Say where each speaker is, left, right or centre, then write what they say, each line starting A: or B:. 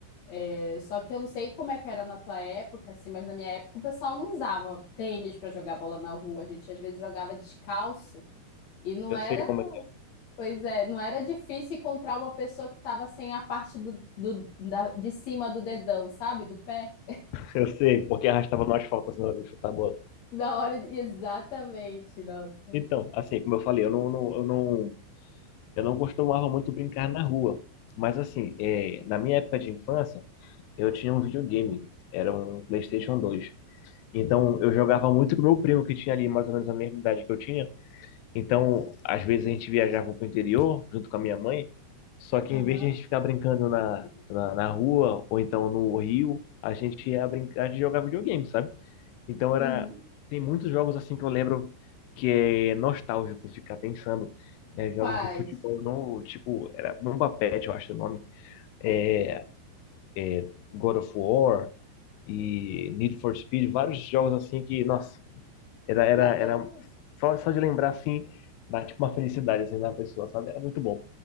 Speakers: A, on the left (about 50°); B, on the left (about 80°).
A: É, só que eu não sei como é que era na tua época, assim, mas na minha época o pessoal não usava tênis para jogar bola na rua. A gente às vezes jogava descalço e não
B: Eu
A: era,
B: sei como é. que é.
A: pois é, não era difícil encontrar uma pessoa que estava sem a parte do, do, da- de cima do dedão, sabe? Do pé.
B: Eu sei, porque arrastava no asfalto, senão eu de chutar a bola.
A: Na hora de... Exatamente, nossa.
B: Então, assim, como eu falei, eu não, não- eu não, eu não costumava muito brincar na rua. Mas, assim, é, na minha época de infância, eu tinha um videogame. Era um PlayStation
A: Hum,
B: dois Então, eu jogava muito com meu primo, que tinha ali mais ou menos a mesma idade que eu tinha. Então, às vezes a gente viajava para o interior junto com a minha mãe, só que
A: Aham.
B: em vez de a gente ficar brincando na, na, na rua ou então no rio, a gente ia brincar de jogar videogame, sabe? Então era
A: Uhum.
B: tem muitos jogos assim que eu lembro que é nostálgico ficar pensando, né? Jogos
A: Quais?
B: de futebol não, tipo, era Bomba Patch, eu acho o nome, é,
A: Hum,
B: é, God of War e Need for Speed, vários jogos assim que, nossa, era, era,
A: legal.
B: era só, só de lembrar assim, dá tipo uma felicidade assim na pessoa, sabe? Era muito bom.